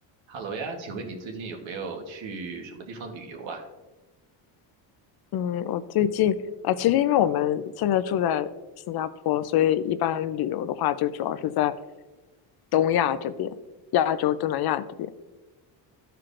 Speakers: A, on the right; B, on the left.
A: 哈喽呀，请问你最近有没有去什么地方旅游啊？
B: 嗯，我最近啊、呃其实因为我们现在住在新加坡，所以一般旅游的话，就主要是在东亚这边，亚洲、东南亚这边。